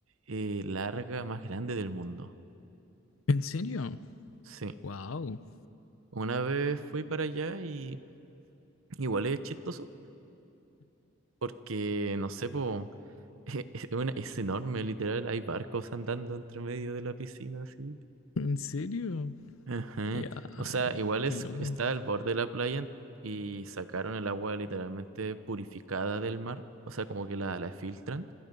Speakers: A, on the right; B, on the left.
A: eh, larga, más grande del mundo.
B: ¿En serio?
A: Sí.
B: Wow.
A: Una vez fui para allá y igual es chistoso porque, no sé, pues... <laughs> Es, es una- es enorme, literal, hay barcos andando entre medio de la piscina, así.
B: ¿En serio?
A: Ajá.
B: Ya,
A: O
B: ay,
A: sea, igual
B: qué
A: es,
B: loco.
A: está al borde de la playa y sacaron el agua literalmente purificada del mar, o sea, como que la, la filtran,